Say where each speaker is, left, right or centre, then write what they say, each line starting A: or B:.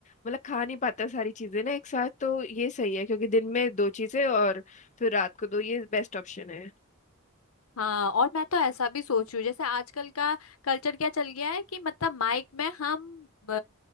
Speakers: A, on the left; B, on the left.
A: मतलब खा नहीं पाता सारी चीजें ना एक साथ तो ये सही है क्योंकि दिन में दो चीजें और फिर रात को दो ये बेस्ट ऑप्शन है
B: हाँ और मैं तो ऐसा भी सोच रही हूँ जैसे आजकल का कल्चर क्या चल गया है कि मतलब माइक में हम अ,